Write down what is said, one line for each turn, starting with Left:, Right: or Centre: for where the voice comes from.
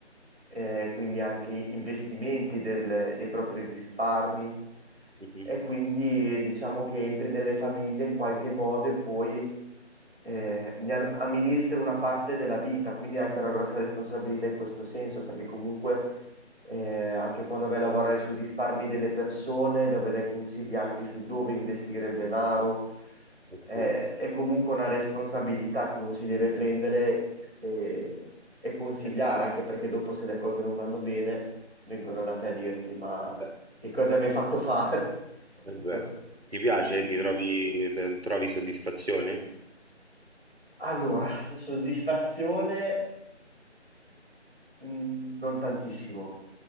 Centre: eh, quindi anche investimenti del- dei propri risparmi.
Right: mhm.
Centre: E quindi diciamo che entri nelle famiglie in qualche modo e poi eh, ne am- amministri una parte della vita, quindi è anche una grossa responsabilità in questo senso, perché comunque eh, anche quando vai a lavorare sui risparmi delle persone, dove dai consigli anche su dove investire il denaro,
Right: Eh
Centre: eh,
Right: sì,
Centre: è comunque una responsabilità che uno si deve prendere e, e consigliare,
Right: eh sì,
Centre: anche perché dopo se le cose non vanno bene, vengono da te a dirti, ma
Right: beh,
Centre: che cosa mi hai fatto fare? <laughs> Ecco,
Right: eh beh. Ti piace?
Centre: quindi...
Right: Ti trovi, te- trovi soddisfazione?
Centre: Allora, <laughs> soddisfazione. Mm, Non tantissimo,